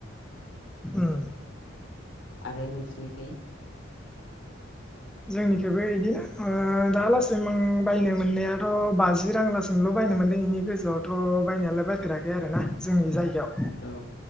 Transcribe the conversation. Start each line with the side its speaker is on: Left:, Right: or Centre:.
Centre: उम।
Left: आरो नोंसिनिखै?
Centre: जोंनिखैबो इदिनो ओ दालासिम आं बायनो मोननायाथ' बाजि रांलासिमल' बायनो मोनदों बेनि गोजौआवथ' बायनायालाय बायफेराखै आरोना जोंनि जाय गायाव
Left: औ